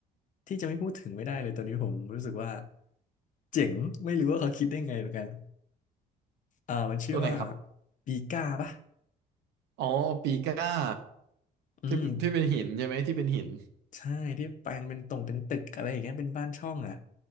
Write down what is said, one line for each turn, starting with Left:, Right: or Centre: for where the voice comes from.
Left: ที่จะไม่พูดถึงไม่ได้เลยตัวนี้ผมรู้สึกว่าเจ๋งไม่รู้ว่าเขาคิดได้ไงเหมือนกันอ่ามันชื่อว่า
Right: ตัวไหนครับ
Left: ปีก้าปะ
Right: อ๋อปีก้า
Left: อืม
Right: ที่ที่เป็นหินใช่ไหมที่เป็นหิน
Left: ใช่ที่แปลงเป็นตรงเป็นตึกอะไรอย่างเงี้ยเป็นบ้านช่องอ่ะ